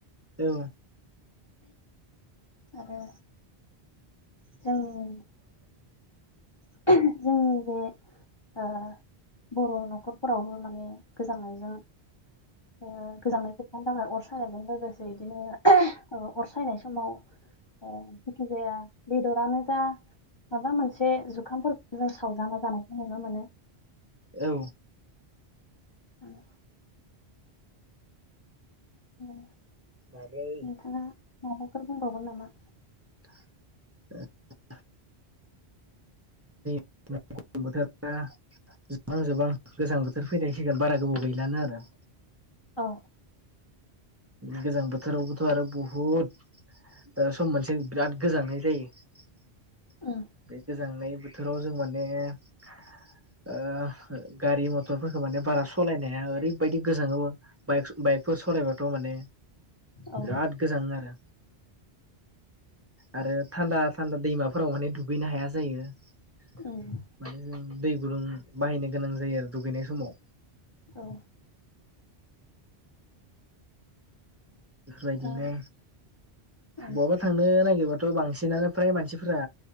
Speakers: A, on the right (about 15°); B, on the left (about 30°).
A: औ
B: आरो जोंनि जोंनि <unintelligible> ओ बर' न'खरफोरावबो माने गोजांनायजों ओ गोजांनायखौ होबथानो थानो थाखाय अर सायनायजों लोगोसे बिदिनो अर सायनाय समाव ओ जेखिजाया बेदरानो जा माबा मोनसे एसे जुखामफोरखौ जों सावजाना जानायखौ नुनो मोनो
A: औ
B: ओम ओम
A: दाथ'
B: नोंथाङा माबाफोर बुंबावगोन नामा
A: <unintelligible> <inaudible> बोथोरा जोबां जोबां गोजां बोथोर फैनाय सिगोन बारा गोबाव गैलानो आरो।
B: औ
A: गोजां बोथोरावबोथ' आरो बुहुत ओ सम मोनसे बिराद गोजांनाय जायो <inaudible>
B: उम
A: बे गोजांनाय बोथोराव जों माने ओह हो गारि मटरफोरखो माने बारा सलायनाया ओरैबबायदि गोजाङोमोन बाइक स- बाइक फोर सलायबाथ' माने,
B: औ
A: बिराद गोजांङो आरो। <inaudible> आरो थान्दा थान्दा दैमाफोराव माने दुगैनो हाया जायो। <inaudible>
B: उम
A: माने जों दै गुुदुं बाहायनो गोनां जायो आरो। दुगैनाय समाव <inaudible>
B: औ
A: बेफोरबायदिनो
B: दा उम
A: बवाबा थांनो नागिर बाथ' बांसिनानो फ्राय मानसिफोरा